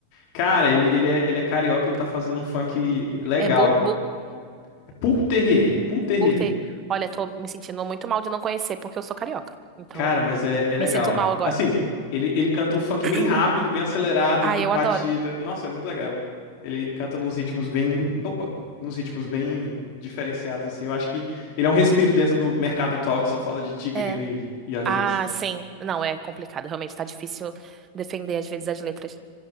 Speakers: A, on the left (about 45°); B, on the right (about 25°).
A: Cara, ele, ele, é, ele é carioca, ele tá fazendo um funk legal,
B: É Bull,
A: é Puterrier, Puterrier.
B: Por ter. Olha, tô me sentindo muito mal de não conhecer, porque eu sou carioca. Então,
A: Cara, mas é, é legal.
B: me sinto mal agora.
A: Assim, ele, ele canta um funk
B: <coughs>
A: bem rápido, bem acelerado,
B: Ah,
A: batida.
B: eu adoro.
A: Nossa, é muito legal. Ele canta nos ritmos bem. Opa! Nos ritmos bem diferenciados, assim. Eu acho que ele é um respiro dentro do mercado atual que só fala de tigrinho
B: É.
A: e, e afins.
B: Ah, sim. Não, é complicado. Realmente tá difícil defender, às vezes, as letras.